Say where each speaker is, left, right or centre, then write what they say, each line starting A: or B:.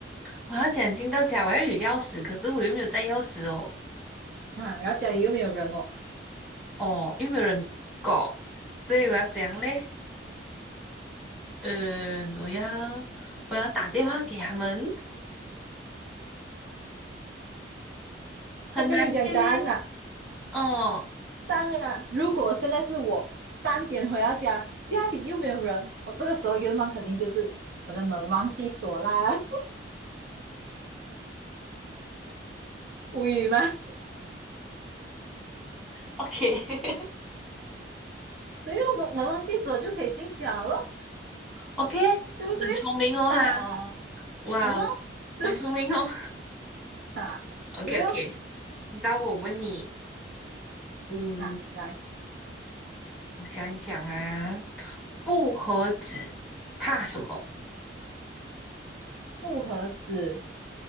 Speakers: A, in the centre; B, on the right.
A: 我要讲进到家，我要有钥匙，可是我又没有带钥匙哦。
B: 啊，然后家里又没有人哦。
A: 哦，因为没有人搞，所以我要怎样嘞？嗯，我要我要打电话给他们，很难嘞。
B: 我跟你讲答案呐、
A: 哦
B: 当然，如果现在是我三点回到家，家里又没有人，我这个时候愿望肯定就是我的门忘记锁啦，<laughs> 无语吗？
A: OK，
B: 所以门门忘记锁就可以进家咯，
A: ，OK，
B: 对不对？
A: <laughs> 很聪明哦哈，
B: <laughs> 啊，
A: 哇哦，
B: 好咯，对
A: 很聪明哦。
B: 啊，
A: <laughs> OK
B: 对哦，
A: OK，那我问你，嗯，
B: 啊，来
A: 我想一想啊，不和纸怕什么？
B: 复合子